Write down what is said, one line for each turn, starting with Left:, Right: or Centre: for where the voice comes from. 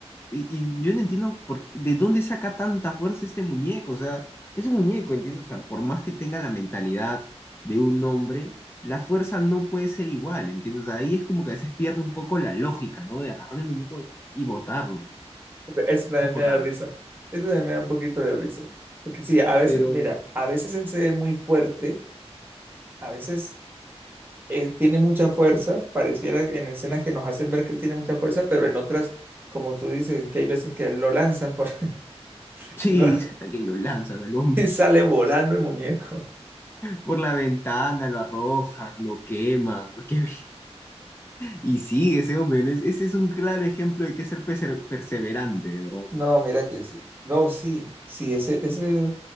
Left: y, y yo no entiendo por qué- de dónde saca tanta fuerza este muñeco, o sea, es un muñeco, ¿entiendes? O sea, por más que tenga la mentalidad de un hombre, la fuerza no puede ser igual, ¿entiendes? O sea, ahí es como que a veces pierde un poco la lógica, ¿no? De agarrar el muñeco y botarlo, ¿no? Un
Right: Eso también
Left: poco
Right: me da
Left: raro.
Right: risa. Eso también me da un poquito de risa. Es que sí, a veces,
Left: Pero
Right: mira, a veces él se ve muy fuerte, a veces él tiene mucha fuerza, pareciera que en escenas que nos hacen ver que él tiene mucha fuerza, pero en otras, como tú dices, que hay veces que lo lanzan por <laughs>
Left: sí,
Right: lo-
Left: <laughs> hasta que lo lanzan al hombre.
Right: y sale volando el muñeco.
Left: por la ventana, lo arrojan, lo queman. <laughs> que- Y sí, ese hombre, ¿no? Es- Ese es un claro ejemplo de que ser perse- perseverante, de verdad.
Right: No, mira que sí. No, sí, sí, ese, ese